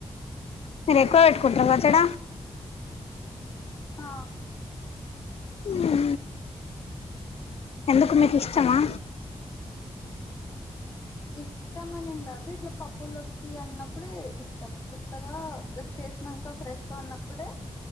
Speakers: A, on the left; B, on the left.
A: మీరు ఎక్కువ పెట్టుకుంటార పచ్చడ
B: ఆ,
A: ఉ హు ఎందుకు మీకు ఇష్టమా
B: ఇష్టం అనేం కాదు ఇట్లా పప్పులకి అన్నం అప్పుడే ఇష్టం కొత్తగా జస్ట్ చేసినాక ఫ్రెష్ గా ఉన్నప్పుడే